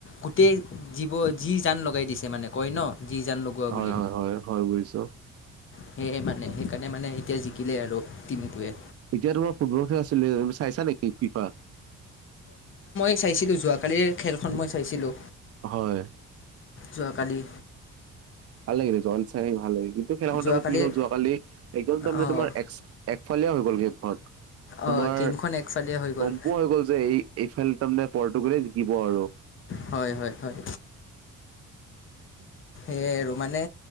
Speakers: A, on the left; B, on the right.
A: গোটেই জীৱ যি জান লগাই দিছে মানে কয় ন যি জান লগোৱা
B: হয়
A: বুলি
B: হয় হয় হয় বুজিছো।
A: সেয়ে মানে সেইকাৰণে মানে এতিয়া জিকিলে আৰু টীমটোৱে
B: এতিয়া তোমাৰ ফুটবল খেল আছিলে চাইছা নেকি ফিফা
A: চাইছিলো যোৱাকালিৰ খেলখন মই চাইছিলো,
B: হয়
A: যোৱাকালি
B: ভাল লাগিলে জন চাই ভাল লাগিলে কিন্তু খেলাখনমানে
A: যোৱাকালিৰ
B: কি হ'ল যোৱাকালি একদম তাৰমানানে
A: অঁ
B: তোমাৰ এক একফালীয়া হৈ গ'ল গেমখন তোমাৰ
A: অঁ গেমখন একফালীয়া হৈ গ'ল
B: গম পোৱা হৈ গ'ল যে এই এইফালে তাৰমানে পৰ্তুগালে জিকিব আৰু
A: হয় হয় হয়
B: <unintelligible>
A: এ আৰু মানে